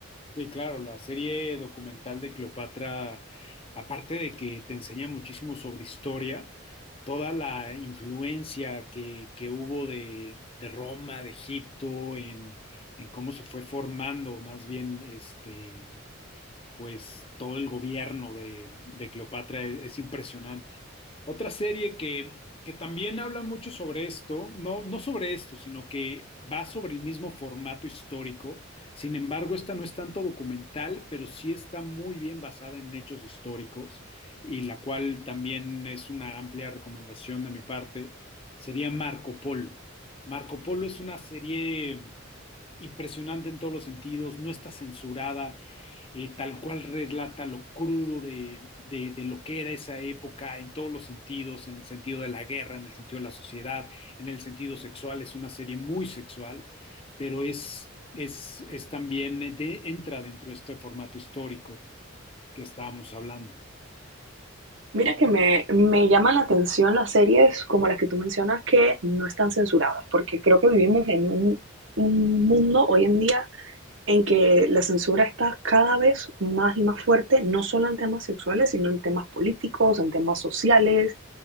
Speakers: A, on the left; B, on the right.
A: Sí, claro, la serie documental de Cleopatra, aparte de que te enseña muchísimo sobre historia, toda la influencia que, que hubo de, de Roma, de Egipto, en, en cómo se fue formando más bien este, pues todo el gobierno de, de Cleopatra es, es impresionante. Otra serie que, que también habla mucho sobre esto, no, no sobre esto, sino que va sobre el mismo formato histórico. Sin embargo, esta no es tanto documental, pero sí está muy bien basada en hechos históricos y la cual también es una amplia recomendación de mi parte, sería Marco Polo. Marco Polo es una serie impresionante en todos los sentidos, no está censurada, eh, tal cual relata lo crudo de, de- de lo que era esa época en todos los sentidos, en el sentido de la guerra, en el sentido de la sociedad, en el sentido sexual, es una serie muy sexual, pero es, es, es también, eh, de- entra dentro de este formato histórico que estábamos hablando.
B: Mira que me, me llaman la atención las series como las que tú mencionas que no están censuradas, porque creo que vivimos en un, un mundo hoy en día en que la censura está cada vez más y más fuerte, no solo en temas sexuales, sino en temas políticos, en temas sociales,